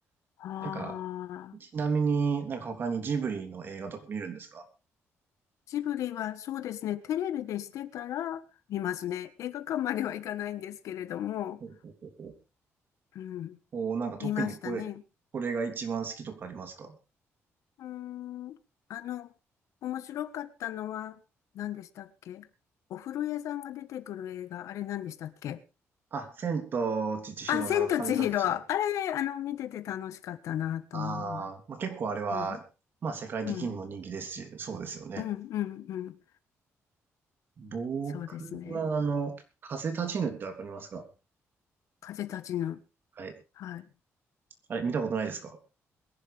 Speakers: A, on the left; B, on the right.
A: ああ、
B: なんか、ちなみになんか他にジブリの映画とか見るんですか
A: ジブリは、そうですね、テレビでしてたら、見ますね。映画館まではいかないんですけれども、
B: ほうほうほうほう
A: うん、
B: おーなんか特にこれ、
A: 見ましたね。
B: これが一番好きとかありますか
A: うーん、あの、面白かったのは何でしたっけお風呂屋さんが出てくる映画、あれ何でしたっけ
B: あ、千と千尋の神隠し。
A: あ、千と千尋。あれ、あの、見てて楽しかったなと思います。
B: ああ、まあ、結構あれは、
A: うん、
B: まあ世界的にも人気ですし、
A: うん、
B: そうですよね。
A: うん、うん、うん。
B: 僕はあの、
A: そうですね。
B: 風立ちぬってわかりますか
A: 風立ちぬ。
B: はい。
A: はい。
B: あれ、見たことないですか